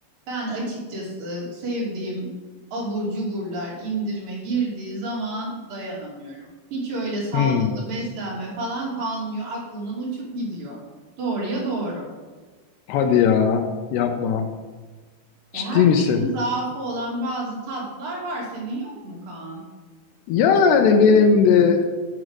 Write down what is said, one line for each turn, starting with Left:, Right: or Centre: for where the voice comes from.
Right: Ben açıkçası sevdiğim abur cuburlar indirime girdiği zaman dayanamıyorum. Hiç öyle sağlıklı
Left: Hmm,
Right: beslenme falan kalmıyor. Aklımdan uçup gidiyor. Doğruya doğru.
Left: hadi ya yapma. Ciddi
Right: E herkesin
Left: misin?
Right: zaafı olan bazı tatlar var. Senin yok mu Kaan?
Left: Yani benim de